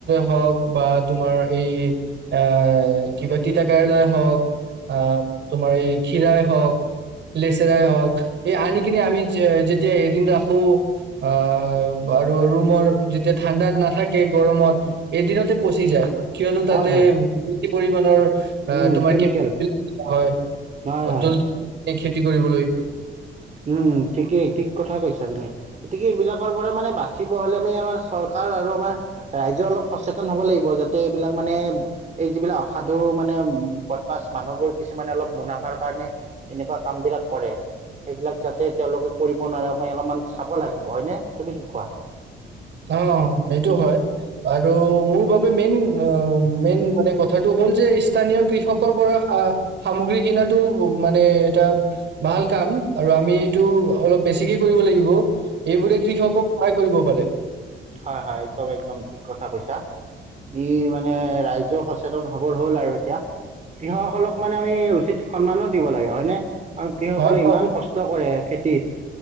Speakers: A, on the right (about 60°); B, on the right (about 35°).
A: হওক বা তোমাৰ এই এ কি কয় তিতাকেৰেলা, হওক আহ তোমাৰ এই ক্ষীৰাই হওঁ‌ক লেচেৰাই হওক, এই আন কিনে আমি যেতিয়া এদিন ৰাখো আহ, আৰু ৰুমৰ যেতিয়া ঠাণ্ডাত নাথাকে। গৰমত এদিনতে পচি যায়। কিয়নো তাতে
B: হয় হয়
A: পৰিমাণৰ আহ
B: উম
A: তোমাৰাক
B: কেমিকেল
A: হয়,
B: হয় হয়
A: জদি কি কৰিবলৈ
B: উম, ঠিকেই ঠিক কথা কৈছা তুমি গতিকে এইবিলাকৰ পৰা মানে বাচিব হলে, আমি আমাৰ চৰকাৰ আৰু আমাৰ ৰাইজে অলপ সচেতন হব লাগিব, যাতে এইবিলাক মানে এই যিবিলাক অসাধু মানে বদমাছ মানুহবোৰ কিছুমানে অলপ মুনাফাৰ কাৰণে এনেকুৱা কাম বিলাক কৰে। সেইবিলাক যাতে তেওঁলোকে কৰিব নোৱাৰে মই অলপমান চাব লাগিব হয়নে? তুমি কি কোৱা?
A: অ' সেইটো হয় আৰু মোৰ বাবে মেইন মেইন মানে ক- কথাটো হল, যে স্থানীয় কৃষকৰ পৰা সামগ্ৰী কিনাতো মানে এটা ভাল কাম আৰু আমি এইটো অলপ বেছিকে কৰিব লাগিব। এইবোৰৰে কৃষক সহায় কৰিব পাৰে।
B: হয-হয়, একদম একদম ঠিক কথা কৈছা। ই মানে ৰাইজও সচেতন হবৰ হ'ল আৰু এতিয়া কৃষকসকলক মানে আমি উচিত সন্মানো দিব লাগে হয়নে। আৰু কৃষকসকলে
A: হয় হয়
B: ইমান কষ্ট কৰে। খেতিত